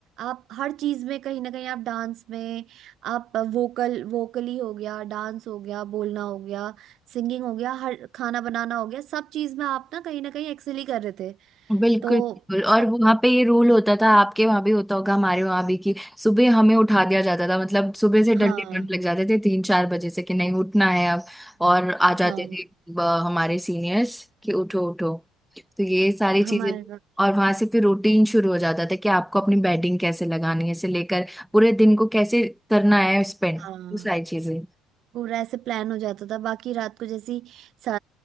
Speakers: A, on the right; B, in the centre.
A: आप हर चीज में कहीं ना कहीं आप डांस में आप वोकल वोकली हो गया डांस हो गया बोलना हो गया सिंगिंग हो गया हर खाना बनाना हो गया सब चीज में आप ना कहीं ना कहीं एक्सेल ही कर रहे थे
B: बिल्कुल
A: तो
B: बिल्कुल
A: सब
B: और वहां पे ये रूल होता था आपके वहां भी होता होगा हमारे वहां भी कि सुबह हमें उठा दिया जाता था मतलब सुबह से डंडे
A: हाँ
B: डंड लग जाते थे तीन चार बजे से कि नहीं उठना है अब और आ जाते
A: हाँ
B: थे अ, हमारे सीनियर्स कि उठो उठो तो ये सारी
A: हमारे
B: चीजें
A: वक्त-
B: और वहां से फिर रूटीन शुरू हो जाता था कि आपको अपनी बैटिंग कैसे लगानी है से लेकर पूरे दिन को कैसे करना है स्पेंड
A: हाँ
B: वो सारी चीजें
A: पूरा ऐसे प्लान हो जाता था बाकी रात को जैसी सा-